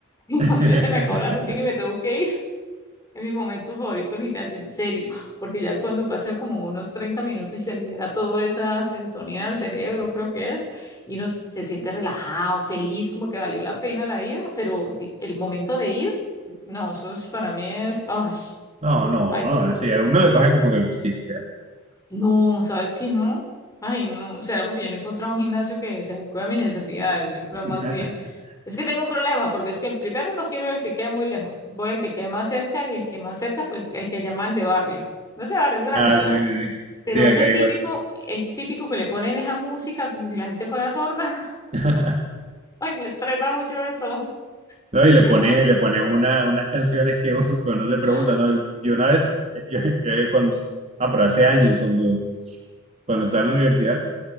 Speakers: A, on the left (about 15°); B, on the right (about 35°).
A: <laughs>
B: <laughs>
A: Cuando ya se me acabó la rutina y me tengo que ir. en mi momento favorito el gimnasio, en serio, porque ya es cuando pasa como unos 30 minutos y se libera toda esa serotonina del cerebro, creo que es, y uno se siente relajado, feliz, como que valió la pena la ida, pero di- el momento de ir, no, eso es, para mí es, ¡ay!
B: No, no,
A: ay,
B: no, sí, a uno le coge como que el gustito.
A: no, ¿sabes qué no? Ay, no, será porque yo no he encontrado un gimnasio que se adecue a mis necesidades, yo creo
B: ya.
A: más bien.
B: <laughs>
A: Es que tengo un problema, porque es que primero no quiero el que queda muy lejos, voy al que queda más cerca y el que más cerca, pues el que llaman de barrio. No sé, barrio es grande,
B: Ah,
A: pero,
B: sí, sí, sí,
A: pero
B: sí,
A: es
B: acá
A: el
B: igual.
A: típico, el típico que le ponen esa música como si la gente fuera sorda. <laughs>
B: <laughs>
A: Ay, me estresa mucho eso.
B: No, y le
A: Yo creo
B: pone,
A: que
B: y le pone una, unas canciones que <laughs> uno, que uno se pregunta,
A: por-
B: ¿no? Yo una vez, eh, yo, yo cuando, ah, pero hace años, cuando, cuando estaba en la universidad,